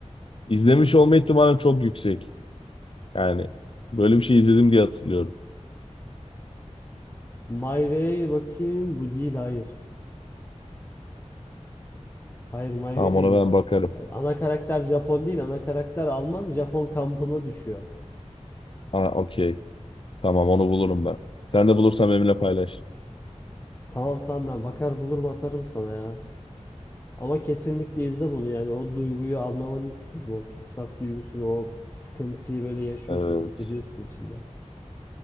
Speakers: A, on the left; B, on the left.
A: izlemiş olma ihtimalim çok yüksek. Yani böyle bir şey izledim diye hatırlıyorum.
B: My Way bakayım bu değil hayır. Hayır My Way
A: Tamam
B: değil.
A: ona ben bakarım.
B: Ana karakter Japon değil ana karakter Alman Japon kampına düşüyor.
A: Aa okey. Tamam onu bulurum ben. Sen de bulursan benimle paylaş.
B: Tamam tamam ben bakar bulurum atarım sana ya. Ama kesinlikle izle bunu yani o duyguyu anlamanı istiyorum. O tutsak duygusunu o sıkıntıyı böyle yaşıyorsun
A: Evet.
B: hissediyorsun içinde.